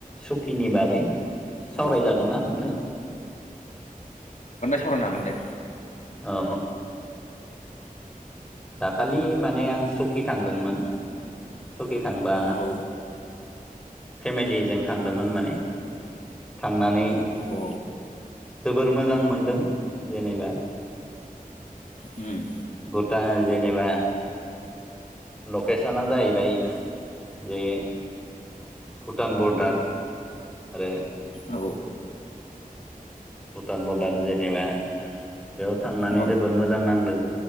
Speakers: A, in the centre; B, on the left.
A: सुखिनि बागै सावरायजागोन
B: औ
A: ना नोंथां?
B: सरायनो हागोन दे।
A: ओ औ दाखालि माने आं सकि थांदोंमोन सखि थांबा
B: औ
A: फेमिलिजों थांदोंमोन माने थांनानै
B: औ
A: जोबोर मोजां मोनदों जेनेबा
B: उम
A: भुटान जेनेबा लकेसना जाहैबाय जे भुटान बरडार आरो
B: औ
A: भुटान बरडार जेनेबा बेयाव थांनानै
B: औ
A: जोबोर मोजां नांदों।